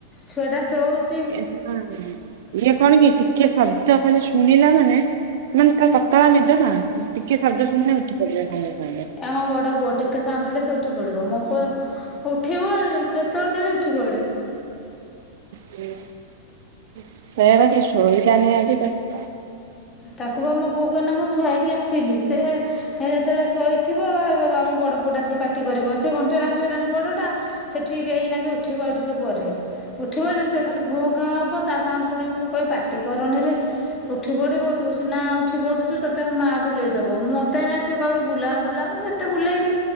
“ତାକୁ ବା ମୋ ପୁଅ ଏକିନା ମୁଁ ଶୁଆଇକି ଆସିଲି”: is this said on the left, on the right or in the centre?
Left